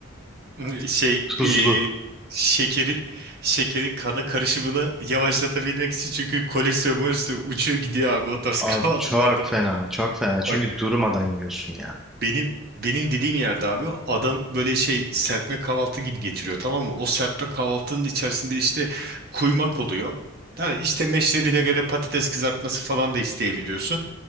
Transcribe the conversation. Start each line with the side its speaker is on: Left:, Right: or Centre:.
Right: <laughs> Şey
Centre: Tuzlu.
Right: e, şekerin şekerin kana karışımını yavaşlatabilmek için çünkü kolesterol molesterol uçuyor gidiyor abi o tarz
Centre: Abi
Right: <laughs> kahvaltılarda.
Centre: çok fena, çok fena. Çünkü
Right: Bak
Centre: durmadan yiyorsun ya.
Right: benim benim dediğim yerde abi adam böyle şey serpme kahvaltı gibi getiriyor tamam mı? O serpme kahvaltının içerisinde işte kuymak oluyor. Ha, işte meşrebine göre patates kızartması falan da isteyebiliyorsun.